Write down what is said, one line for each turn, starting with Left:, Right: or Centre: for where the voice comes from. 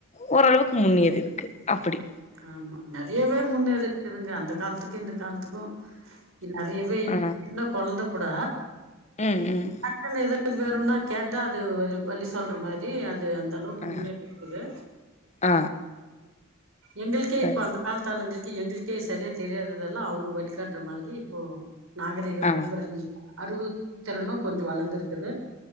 Left: ஓரளவுக்கு முன்னேறிருக்கு அப்படி
Right: ஆமா நெறையவே முன்னேறிக்குதுங்க அந்த காலத்துக்கு இந்த காலத்துக்கு நெறையவே இப்ப
Left: ஆ
Right: சின்ன கொழந்தை கூட
Left: ம் ம்
Right: டக்குனு எத அது வேறும்னா கேட்டா அது வழி சொல்ற மாதிரி அது அந்த அளவுக்கு
Left: ஆ
Right: முன்னேற்றக்குது
Left: ஆ
Right: எங்களுக்கே
Left: சரி
Right: இப்போ அந்த காலத்தாளுங்களுக்கு எங்களுக்கே சரியா தெரியாததால அவங்க வழிகாட்டுற மாரி இப்போ நாகரீகம்
Left: ஆ
Right: உருவாங்கி அறிவுத்திறனு கொஞ்சோ வளந்திருக்குது